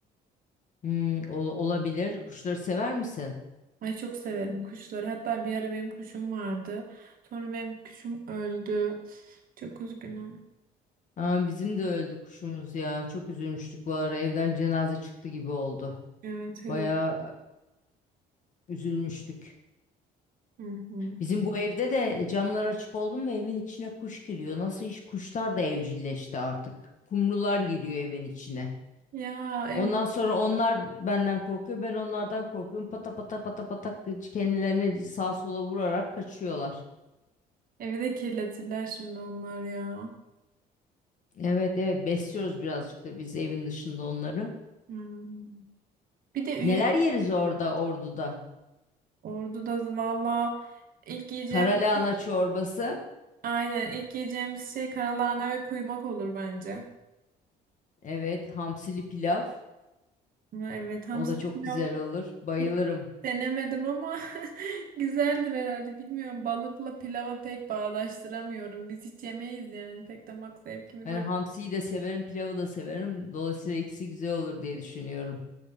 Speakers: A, on the left (about 50°); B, on the right (about 55°).
A: Hmm, ol- olabilir. Kuşları sever misin?
B: Ay çok severim kuşları. Hatta bir ara benim kuşum vardı. Sonra benim kuşum öldü. Çok üzgünüm.
A: Aa, bizim de öldü kuşumuz ya. Çok üzülmüştük var. Evden cenaze çıktı gibi oldu.
B: Evet evet.
A: Bayağı e, üzülmüştük.
B: Hı hı.
A: Bizim bu evde de camlar açık oldu mu evin içine kuş giriyor. Nasıl iş kuşlar da evcilleşti artık. Kumrular giriyor evin içine.
B: Ya ev,
A: Ondan sonra onlar benden korkuyor. Ben onlardan korkuyorum. Pata pata pata pata kendilerini sağa sola vurarak kaçıyorlar.
B: evi de kirletirler şimdi onlar ya.
A: Evet evet besliyoruz birazcık da biz evin dışında onları.
B: Hmm. Bir de Ünye
A: Neler yeriz orada Ordu'da?
B: Ordu'da valla ilk yiyeceğim
A: Karalahana çorbası.
B: Aynen ilk yiyeceğimiz şey karalahana ve kuymak olur bence.
A: Evet, hamsili pilav.
B: Ama Evet hamsi
A: O da çok
B: pilav
A: güzel olur. Bayılırım.
B: hiç denemedim ama <laughs> güzeldir herhalde bilmiyorum. Balıkla pilava pek bağdaştıramıyorum. Biz hiç yemeyiz yani pek damak zevkimiz
A: Ben
B: o.
A: hamsiyi de severim, pilavı da severim. Dolayısıyla ikisi güzel olur diye düşünüyorum.